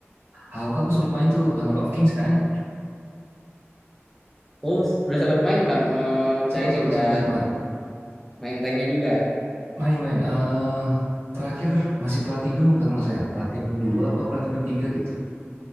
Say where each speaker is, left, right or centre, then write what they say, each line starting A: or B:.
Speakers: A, on the right; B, in the centre.
A: Haruka aku sempat main tuh Honor of Kings kan?
B: Oh, udah sempat main Bang. Eh, udah
A: Sempat
B: ini
A: sempat
B: udah
A: sempat sempat
B: main ranknya juga.
A: main-main. Eh terakhir masih Platinum apa nggak saya? Platinum 2 apa Platinum tiga gitu.